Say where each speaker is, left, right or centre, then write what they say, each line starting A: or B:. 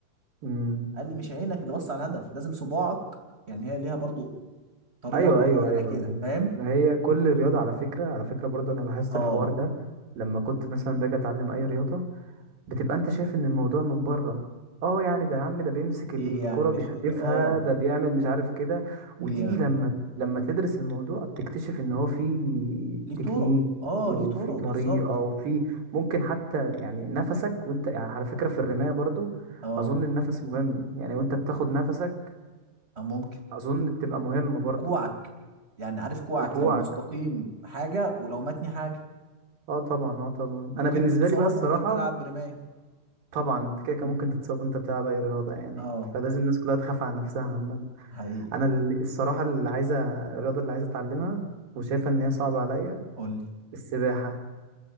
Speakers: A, on the right; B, on the right.
A: امم
B: قال لي مش عينك اللي بص على الهدف لازم صباعك يعني هي ليها برضو طريقه
A: ايوه
B: معينه
A: ايوه ايوه
B: كده
A: أيوة.
B: فاهم
A: ما هي كل رياضة على فكرة على فكرة برضه انا لاحظت
B: اه
A: الحوار ده لما كنت مثلا باجي اتعلم اي رياضة بتبقى انت شايف ان الموضوع من بره اه يعني ده يا عم ده بيمسك الكرة
B: ايه يعني مش
A: بيحدفها
B: اه
A: ده بيعمل مش عارف كده
B: ايه
A: وتيجي
B: يعني
A: لما لما تدرس الموضوع بتكتشف ان هو في
B: ليه طرق
A: تكنيك
B: اه
A: وفي
B: ليه طرق
A: طريقة
B: بالظبط
A: وفي ممكن حتى يعني نفسك وانت يعني على فكرة في الرماية برضو
B: اه
A: اظن النفس مهم يعني وانت بتاخد نفسك
B: آه، ممكن
A: اظن بتبقى مهمة برضو
B: وكوعك يعني عارف كوعك
A: وكوعك
B: لو مستقيم حاجة ولو متني حاجة
A: اه طبعا اه طبعا
B: ممكن
A: انا بالنسبة
B: تتصاب
A: لي بقى الصراحة
B: وانت بتلعب برماية
A: طبعا انت كده كان
B: مم.
A: ممكن تتصاب وانت بتلعب اي رياضة يعني
B: اه
A: فلازم الناس كلها تخاف على نفسها عامة
B: حقيقي
A: انا ال- الصراحه اللي عايزه الرياضه اللي عايزه اتعلمها وشايفه ان هي صعبه عليا
B: قولي
A: السباحه